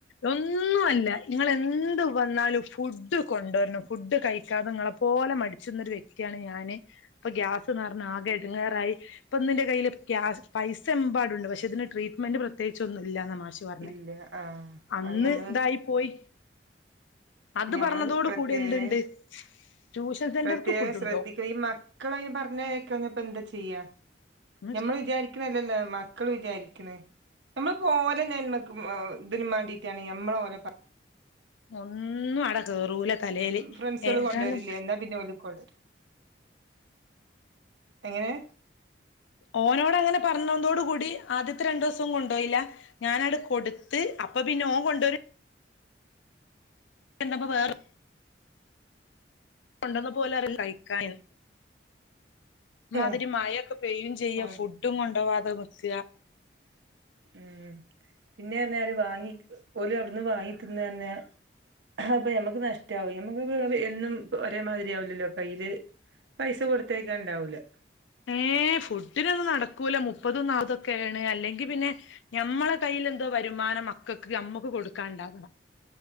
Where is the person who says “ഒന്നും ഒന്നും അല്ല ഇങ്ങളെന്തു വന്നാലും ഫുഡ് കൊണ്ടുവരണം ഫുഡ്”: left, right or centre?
Left